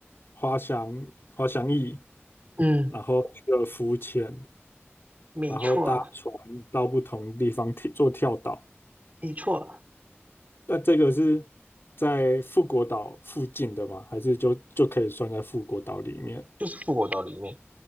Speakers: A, on the left; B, on the right.
A: 滑翔滑翔翼，
B: 嗯，
A: 然后去了浮潜，
B: 没错，
A: 然后搭船到不同地方跳做跳岛，
B: 没错，
A: 那这个是在富国岛附近的吗？还是就就可以算在富国岛里面？
B: 就是复活岛里面，